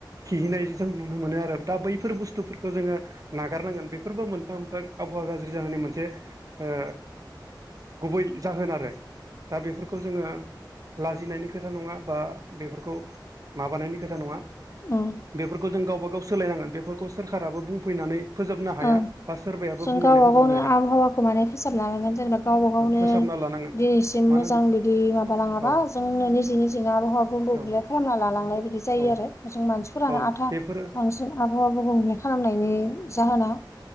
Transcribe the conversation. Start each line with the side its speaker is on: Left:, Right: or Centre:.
Right: खिहैनाय जों नुनो मोनो आरो दा बैफोर बुस्थुफोरखौ जोङो नागारनांगोन बेफोरबो मोनफा मोनफा आबहावा गाज्रि जानायनि मोनसे ओ गुबै जाहोन आरो दा बेफोरखौ जोङो लाजिनायनि खोथा नङा बा बेफोरखौ माबानायनि खोथा नङा
Left: औ
Right: बेफोरखौ जों गावबा गाव सोलायनांगोन। बेफोर खौ सोरखाराबो बुंफैनानै फोजोबनो हाया,
Left: ओं
Right: बा सोरबायाबो
Left: जों
Right: बुंनानै
Left: गावबा
Right: फोजोबनो
Left: गावनो
Right: हाया
Left: आबहावाखौ माने फोसाबना लानांगोन जेनेबा गावबा गावनो
Right: फोसाबना लानांगोन
Left: दिनैसिम
Right: मानो
Left: मोजां
Right: होन
Left: बिदि माबालाङाबा
Right: औ
Left: जोंनो निजे निजेनो आबहावाखौ गुबुंले
Right: औ
Left: खालामना लालांनाय बिदि जायो
Right: औ
Left: आरो जों मानसिफोरानो
Right: औ
Left: आथा
Right: बेफोरो
Left: बांसिन आबहावाखौ गुबले खालामनायनि जाहोना